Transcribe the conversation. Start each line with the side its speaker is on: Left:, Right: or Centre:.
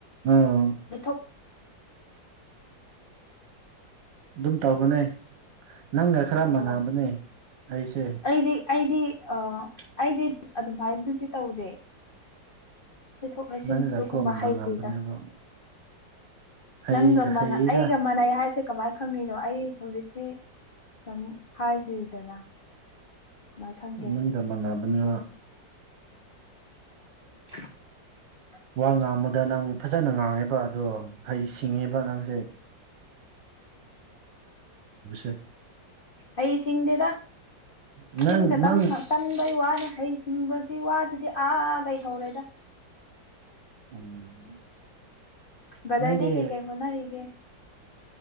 Right: ꯑꯥ
Left: ꯂꯤꯊꯣꯛ
Right: ꯑꯗꯨꯝ ꯇꯧꯕꯅꯦ ꯅꯪꯒ ꯈꯔ
Left: ꯂꯩꯊꯣꯛꯑꯣ
Right: ꯃꯥꯟꯅꯕꯅꯦ ꯑꯩꯁꯦ
Left: ꯑꯩꯗꯤ ꯑꯩꯗꯤ ꯑꯥ ꯑꯩꯗꯤ ꯑꯗꯨꯃꯥꯏꯅꯗꯤ ꯇꯧꯗꯦ ꯂꯩꯊꯣꯛ ꯂꯩꯁꯤꯟ
Right: ꯅꯪꯒ
Left: ꯑꯗꯨꯒꯨꯝꯕ
Right: ꯀꯣ ꯃꯥꯟꯅꯕꯅꯦꯕ
Left: ꯍꯩꯇꯦꯗ
Right: ꯍꯩ
Left: ꯅꯪꯒ ꯃꯅ
Right: ꯍꯩꯌꯦꯗ
Left: ꯑꯩꯒ ꯃꯥꯟꯅꯩ ꯍꯥꯏꯁꯦ ꯀꯃꯥꯏꯅ ꯈꯪꯉꯤꯅꯣ ꯑꯩ ꯍꯧꯖꯤꯛꯇꯤ ꯌꯥꯝ ꯍꯥꯏꯗ꯭ꯔꯤꯗꯅ ꯀꯃꯥꯏ ꯈꯪꯒꯦ
Right: ꯅꯪꯒ ꯃꯅꯥꯕꯅꯦꯕ
Left: <unintelligible>
Right: ꯋꯥ ꯉꯥꯡꯕꯗ ꯅꯪ ꯐꯖꯅ ꯉꯥꯡꯉꯦꯕ ꯑꯗꯣ ꯍꯩꯁ ꯍꯤꯡꯉꯦꯕ ꯑꯉꯥꯡꯁꯦ <unintelligible>
Left: ꯍꯩ ꯁꯤꯡꯗꯦꯗ
Right: ꯅꯪ
Left: ꯁꯤꯟ ꯈꯇꯪ
Right: ꯅꯪ
Left: ꯏꯪꯕꯩ ꯋꯥꯅꯦ ꯍꯩꯁꯤꯡꯕꯒꯤ ꯋꯥꯗꯨꯗꯤ ꯑꯥ ꯂꯩꯍꯧꯔꯦꯗ
Right: ꯎꯝ
Left: ꯕꯗꯔ
Right: ꯅꯪꯒꯤ
Left: ꯗꯤ ꯀꯩ ꯀꯩ ꯍꯣꯅꯔꯤꯒꯦ